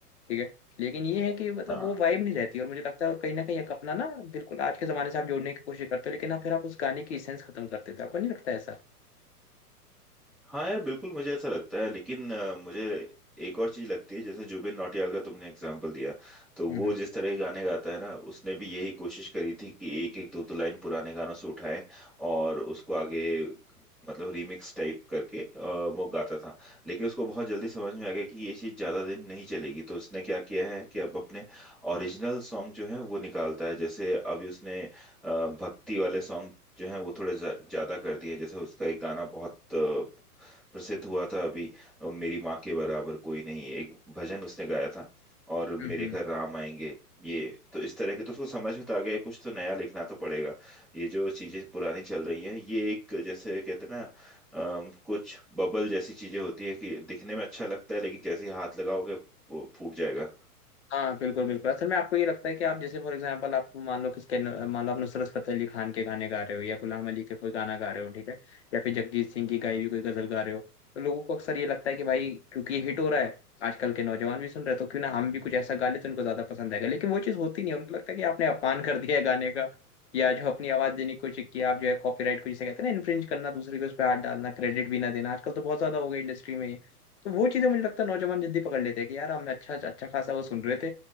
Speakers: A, on the left; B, in the centre.
A: ठीक है लेकिन ये है कि मतलब
B: हाँ
A: वो वाइब नहीं रहती और मुझे लगता है और कहीं ना कहीं एक अपना ना बिल्कुल आज के जमाने से आप जोड़ने की कोशिश करते हो लेकिन आप फिर आप उस गाने की इसेंस खत्म कर देते हो आपको नहीं लगता ऐसा
B: हाँ यार बिल्कुल मुझे ऐसा लगता है लेकिन अ, मुझे एक और चीज लगती है जैसे जुबिन नौटियाल का तुमने एग्जाम्पल दिया तो वो
A: हम्म
B: जिस तरह के गाने गाता है ना उसने भी यही कोशिश करी थी कि एक एक दो दो लाइन पुराने गानों से उठाएं और उसको आगे मतलब रीमिक्स टाइप करके अ, वो गाता था लेकिन उसको बहुत जल्दी समझ में आ गया कि ये चीज़ ज़्यादा दिन नहीं चलेगी तो उसने क्या किया है कि अब अपने ओरिजिनल सॉन्ग जो है वो निकालता है जैसे अभी उसने अ, भक्ति वाले सॉन्ग जो है वो थोड़े ज़्यादा कर दिए जैसे उसका एक गाना बहुत अ, प्रसिद्ध हुआ था अभी अ, मेरी माँ के बराबर कोई नहीं एक भजन उसने गाया था और
A: हम्म
B: मेरे
A: हम्म
B: घर राम आएंगे ये तो इस तरह के तो उसको समझ में तो आ गया कुछ तो नया लिखना तो पड़ेगा ये जो चीजें पुरानी चल रही हैं ये एक जैसे कहते हैं ना अम, कुछ बबल जैसी चीजें होती है कि दिखने में अच्छा लगता है लेकिन जैसे ही हाथ लगाओगे वो फूट जाएगा
A: हाँ बिल्कुल बिल्कुल असल में आपको ये लगता है कि आप जैसे फॉर एग्जांपल आप मान लो किसके मान लो आप नुसरत फतेह अली खान के गाने गा रहे हो या गुलाम अली के कोई गाना गा रहे हो ठीक है या फिर जगजीत सिंह की गाई हुई कोई गजल गा रहे हो तो लोगों को अक्सर ये लगता है कि भाई क्योंकि ये हिट हो रहा है आजकल के नौजवान भी सुन रहे हैं तो क्यों ना हम भी कुछ ऐसा गा ले तो उनको ज्यादा पसंद आएगा लेकिन वो चीज़ होती नहीं है उनको लगता है कि आपने अपमान कर दिया है गाने का या जो अपनी आवाज देने की कोशिश की आप जो है कॉपीराइट को जिसे कहते हैं ना इन्फ्रिंज करना दूसरे के उस पर हाथ डालना क्रेडिट भी ना देना आजकल तो बहुत ज्यादा हो गया इंडस्ट्री में ये तो वो चीजें मुझे लगता है नौजवान जल्दी पकड़ लेते हैं कि यार हम अच्छा अच्छा खासा वो सुन रहे थे